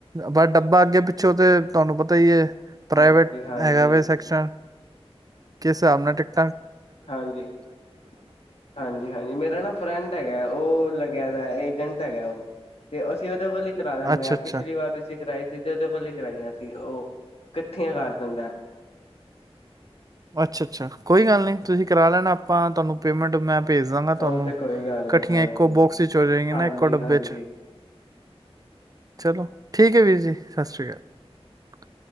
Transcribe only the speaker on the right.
ਪਰ ਡੱਬਾ ਅੱਗੇ ਪਿੱਛੋਂ ਤੇ ਤੁਹਾਨੂੰ ਪਤਾ ਹੀ ਏ। ਪ੍ਰਾਈਵੇਟ
ਹੈਗਾਵੇ ਸੈਕਸ਼ਨ। ਕਿਸ ਸਾਬ ਨਾਲ ਟੀਕ
ਅੱਛਾ
ਅੱਛਾ
ਅੱਛਾ-ਅੱਛਾ ਕੋਈ ਗੱਲ ਨਹੀਂ ਤੁਸੀਂ ਕਰਾ ਲੈਣਾ ਆਪਾਂ ਤੁਹਾਨੂੰ ਪੇਮੈਂਟ ਮੈਂ ਭੇਜ ਦਾਂਗਾ ਤੁਹਾਨੂੰ
ਇਕੱਠੀਆਂ
ਇੱਕੋ ਬੋਕਸ ਚ ਹੋ ਜਾਆਂ
ਨਾ ਇੱਕੋ ਡੱਬੇ ਚ। ਚਲੋ। ਠੀਕ ਹੈ ਵੀਰ ਜੀ, ਸਤਿ ਸ਼੍ਰੀ ਅਕਾਲ।